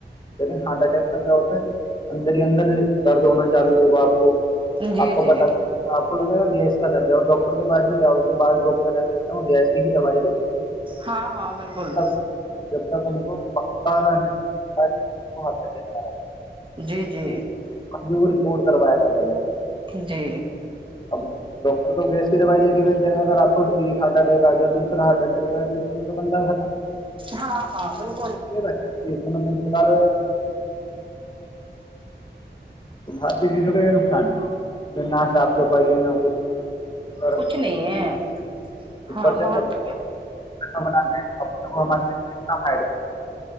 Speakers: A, on the left; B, on the right.
A: لیکن ہارٹ اٹیک کا کیا ہوتا ہے کہ اندر ہی اندر درد ہونا چالو ہوگا آپ
B: جی
A: کو
B: جی
A: پتپ لگے گا گیس کا درد ہے اور ڈاکٹر کے پس بھی جاؤ بعس ڈاکٹر جس ہوتا ہیں وہ گیس کی ہی دوائی دیتے ہیں
B: ہاں ہاں بالکل
A: جب تک ان کو پکا ب ب ایسے کر رہا ہے
B: جی جی
A: جو رپورٹ کروائے گا پہلے
B: جی
A: اب ڈاکٹر تو گیس کی دوائی دے کے بھیج د گا اگر آپ کو ایک ہارٹ اٹیک آ گیا دوسرا ہارٹ اٹیک آ گیا تو اس میں تو بندہ خراب
B: ہاں ہاں بالکل
A: یہناالو تو بھارتی چیزوں کا یہ نقصان ہے جو نہ صاف صفائی ہے نہ کچھ س
B: کچھ نہیں ہے
A: اپر
B: ہاں
A: سے
B: بہت
A: اب کامنا ہے اب تو کو مارک کتنا فائدا